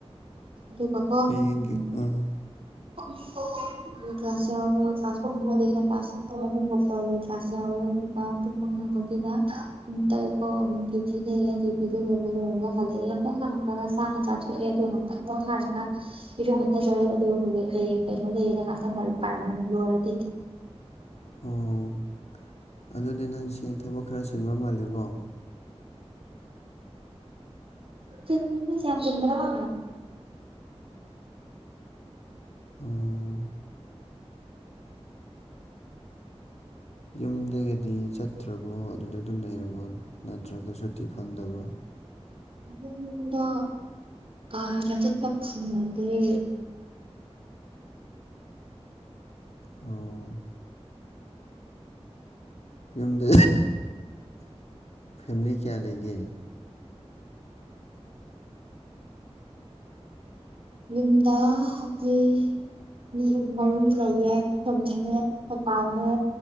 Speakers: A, on the right; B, on the left.
A: ꯗꯨꯒꯀꯣ
B: ꯍꯌꯦꯡꯒꯤ
A: ꯎꯝ
B: ꯑꯥ
A: <inaudible> ꯗꯨꯒ ꯀ꯭ꯂꯁ ꯌꯥꯎꯔꯣ ꯀ꯭ꯂꯁ ꯄꯨꯡ ꯑꯃꯗꯒꯤꯅ ꯀ꯭ꯂꯁ ꯄꯨꯡ ꯑꯍꯨꯝꯕꯣꯛ ꯇꯧꯋꯦ ꯀ꯭ꯂꯁ ꯌꯥꯎꯔꯦ ꯑꯩ ꯄꯨꯡ ꯃꯉꯥꯕꯣꯛꯀꯤꯅ ꯎꯝ ꯇꯧꯌꯦꯀꯣ ꯗꯌꯨꯇꯤ ꯂꯩꯑꯦ ꯗ꯭ꯌꯨꯇꯤꯗꯣ ꯂꯣꯏꯔ ꯂꯣꯏꯔꯒ ꯍꯜꯂꯛꯑꯦ ꯍꯦꯛ ꯍꯟꯂꯛꯄꯒ ꯆꯥꯛ ꯍꯥꯟ ꯆꯥꯊꯣꯛꯑꯦ ꯑꯗꯨꯅ ꯑꯗꯨ ꯆꯥꯎꯔꯒ ꯏꯔꯨ ꯃꯥꯏꯊꯖꯔꯦ ꯑꯗꯨꯒ ꯍꯧꯖꯤꯛ ꯍꯌꯦꯡ ꯀꯩꯅꯣ ꯂꯩꯌꯦꯅ ꯉꯥꯛꯇꯪ ꯂꯥꯏꯔꯤꯛ ꯄꯔꯝꯃꯒ ꯂꯣꯏꯔꯗꯤ
B: ꯑꯣ ꯑꯗꯨꯗꯤ ꯅꯪꯁꯦ ꯊꯕꯛ ꯈꯔ ꯆꯤꯟꯕ ꯃꯥꯜꯂꯤꯀꯣ
A: ꯆꯤꯟꯕꯖꯤ ꯌꯥꯝ ꯆꯤꯟꯕ <unintelligible>
B: ꯎꯝ ꯌꯨꯝꯗꯒꯤꯗꯤ ꯆꯠꯇ꯭ꯔꯕꯣ ꯑꯗꯨꯗ ꯑꯗꯨꯝ ꯂꯩꯔꯕꯣ ꯅꯠꯇ꯭ꯔꯒ ꯁꯨꯇꯤ ꯐꯪꯗꯕ꯭ꯔꯣ
A: ꯌꯨꯝꯗꯣ ꯑꯥ ꯍꯟꯗꯛ ꯆꯠꯄ ꯐꯪꯗ꯭ꯔꯦ
B: ꯑꯣ ꯌꯨꯝꯗ ꯐꯦꯃꯤꯂꯤ ꯀꯌꯥ ꯂꯩꯒꯦ
A: ꯌꯨꯝꯗ ꯑꯩꯈꯣꯏ ꯃꯤ ꯃꯔꯤ ꯂꯩꯌꯦ ꯑꯈꯣꯏ ꯃꯥꯅꯦ ꯑꯈꯣꯏ ꯕꯥꯅꯦ